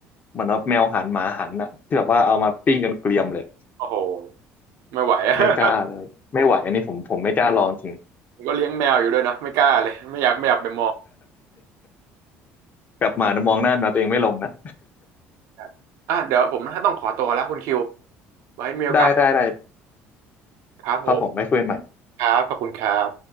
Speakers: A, on the left; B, on the right.
A: เหมือนแบบแมวหันหมาหันอะที่แบบว่าเอามาปิ้งจนเกรียมเลย
B: โอ้โหไม่ไหวอะ <laughs>
A: ไม่กล้าเลยไม่ไหวอันนี้ผมผมไม่กล้าลองจริง
B: ผมผมก็เลี้ยงแมวอยู่ด้วยนะไม่กล้าเลยไม่อยากไม่อยากไปมอง
A: <laughs> กลับมานะมองหน้าแมวตัวเองไม่ลงนะ
B: ครับอ่ะเดี๋ยวผมต้องขอตัวแล้วคุณคิวไว้มีโอกาส
A: ได้ได้ได้
B: ครับผม
A: ครับผมไม่คุยกันใหม่
B: ครับขอบคุณครับ